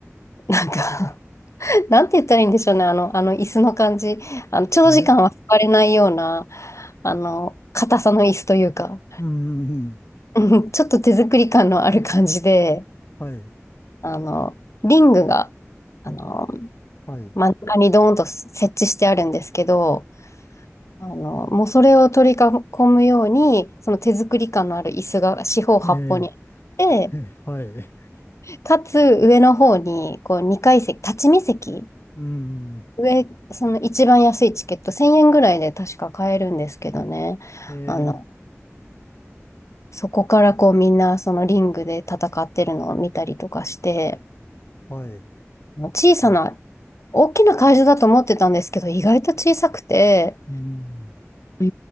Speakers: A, on the left (about 70°); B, on the left (about 50°).
A: なんか <laughs> なんて言ったらいいんでしょうね、あの、あの椅子の感じ。あの、長時間は座れないような、
B: え、
A: あの、硬さの椅子というか、
B: うん。うん
A: うんちょっと手作り感のある感じで、
B: はい。
A: あの、リングが、あの、
B: はい。
A: 真ん中にドーンと設置してあるんですけど、あの、もうそれを取り囲むように、その手作り感のある椅子が四方八方にあって、
B: ええ、<laughs> はい。
A: かつ上の方に、こう、2階席、立ち見席、
B: うん。
A: 上、その一番安いチケット、1000円ぐらいで確か買えるんですけどね。
B: ええ、
A: あの、そこからこうみんなそのリングで戦ってるのを見たりとかして、
B: はい。
A: 小さな、
B: うん。
A: 大きな会場だと思ってたんですけど、意外と小さくて、
B: うん
A: う